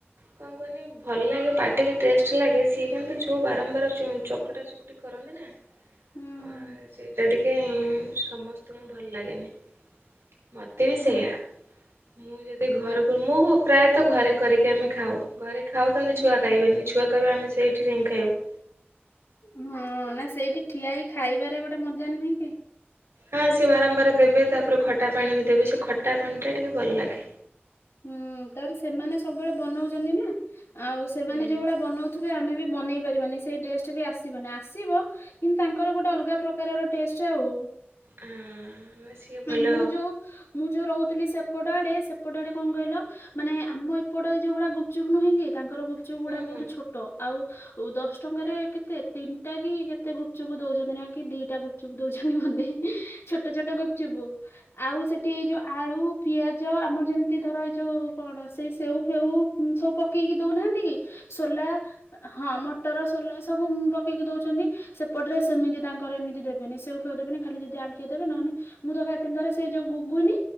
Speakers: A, on the right (about 75°); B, on the left (about 85°).
A: କଣ କୁହନି ଭଲ ଲାଗେ ପାଟିକି ଟେଷ୍ଟ ଲାଗେ ସିଏ କିନ୍ତୁ ଯୋଉ ବାରମ୍ବାର ଚକଟା ଚକଟି କରନ୍ତି ନା ଆ
B: ହୁଁ
A: ସେଇଟା ଟିକେ ସମସ୍ତଙ୍କୁ ଭଲ ଲାଗେନି। ମୋତେ ବି
B: ହୁଁ
A: ସେଇୟା ମୁଁ ଯଦି ଘରକୁ ମୁଁ ପ୍ରାୟତଃ ଘରେ କରିକି ଆମେ ଖାଉ। ଘରେ ଖାଉ କେନ୍ତ
B: ହୁଁ।
A: ଛୁଆ ଖାଇବେନି ଛୁଆ କହିବ ଆମେ ସେଇଠି ହିଁ ଖାଇବ।
B: ହଁ ନା ସେଇଠି ଠିଆ ହେ ଖାଇବାରେ ଗୋଟେ ମଜା ନୁହେଁ କି?
A: ହଁ ସେ ବାରମ୍ବାର ଦେବେ। ତାପରେ ଖଟା ପାଣି ବି ଦେବେ ସେ ଖଟା ପାଣି ଟା ଟିକେ ଭଲ ଲାଗେ।
B: ହୁଁ ତାପରେ ସେମାନେ ସବୁବେଳେ ବନଉଛନ୍ତି ନା ଆଉ ସେମାନେ
A: ହୁଁ
B: ଯୋଉଭଳିଆ ବନଉ ତଥ ଆମେ ବି ବନେଇ ପାରିବାନି, ସେଇ ଟଡେଷ୍ଟ ବି ଆସିବନି ଆସିବ। କିନ୍ତୁ ତାଙ୍କର ଗୋଟେ ଅଲଗା ପ୍ରକାରର ଟେଷ୍ଟ ଆଉ।
A: ହଁ ସିଏ ଭଲ
B: ମୁଁ ଯୋଉ ମୁଁ ଯୋଉ ରହୁଥିଲି ସେପଟା ଆଡେ ସେପଟା ଆଡେ କଣ କହିଲ ମାନେ ଆମ ଏପଟେ ଯୋଉ ଗୁଡା ଗୁପଚୁପ ନୁହେଁ କି ତାଙ୍କର ଗୁପଚୁପ ଗୁଡା
A: ହୁଁ
B: ବହୁତ
A: ହୁଁ
B: ଛୋଟ ଆଉ ଦଶ ଟଙ୍କାରେ କେତେ ତିନିଟା କି କେତେ ଗୁପଚୁପ୍ ଦଉଛନ୍ତି ନା କି ଦିଟା ଗୁପ ଚୁପ ଦଉଛନ୍ତି ମତେ। ଛୋଟ ଛୋଟ ଗୁପଚୁପୁ ଆଉ ସେଠି ଏଇ ଯୋଉ ଆଳୁ ପିଆଜ ଆମର ଯେ ଏତି ଧର ଏଇ ଯୋଉ କଣ ସେଇ ସେଉ ଫେଉ ସବୁ ପକେଇକି ଦଉନାହାନ୍ତି କି? ସୋଲା ହଁ ମଟର ସୋଲା ସବୁ ପକେଇକି ଦଉଛନ୍ତି। ସେପଟେ ସେମି ତାର ଏମିତି ଦେବେନି ସେଉ ଫେ ଦେବେି ଖାଲି ଯି ଆଲଟିଆ ଦେବେ ନହେଁ ମୁଁ ତ ଖାଇଥିଲି ଧଥର ସେଇ ଯୋଉ ଗୁଗୁନି